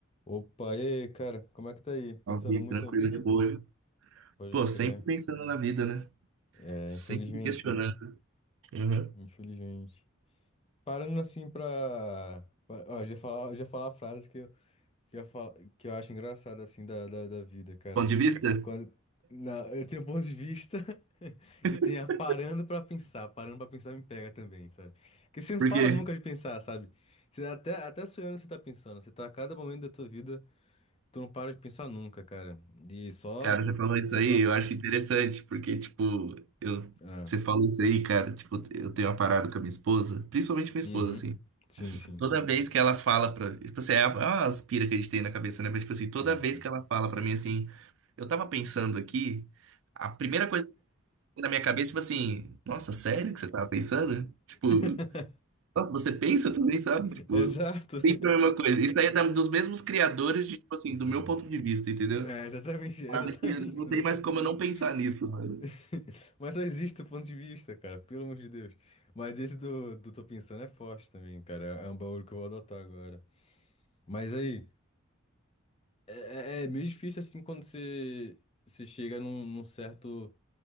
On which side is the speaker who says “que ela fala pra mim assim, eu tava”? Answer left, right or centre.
Right